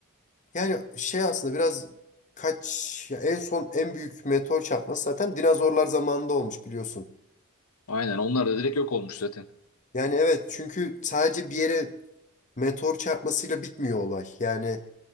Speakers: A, on the left; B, on the left.
A: Yani şey aslında biraz kaç ya en son en büyük meteor çarpması zaten dinozorlar zamanında olmuş biliyorsun.
B: Aynen onlar da direkt yok olmuş zaten.
A: Yani evet çünkü sadece bir yere meteor çarpmasıyla bitmiyor olay. Yani